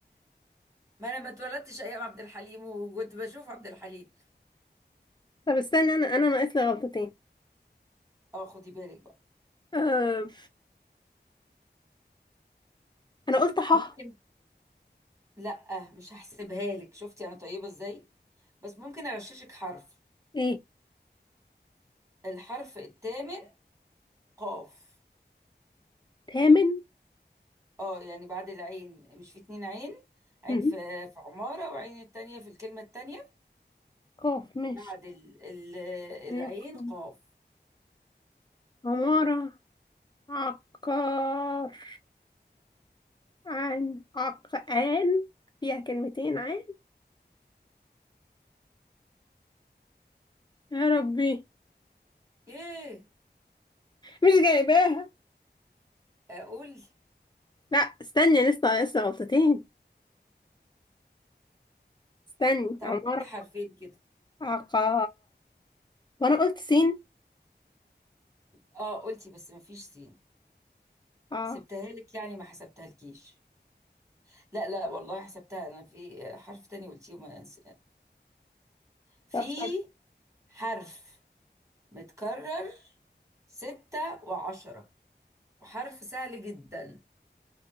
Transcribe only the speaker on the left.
طب استنى انا انا ناقص لي غلطتين
أه... انا قلت ح
ايه
تامن
مهم.
قاف مش
عقاب.
عمارة عقار عن عقان فيها كلمتين عن يا ربي
مش جايباها
لا استني لسه ناقص لي غلطتين استني
عمر
عقا وانا قلت سين
اه
طب استني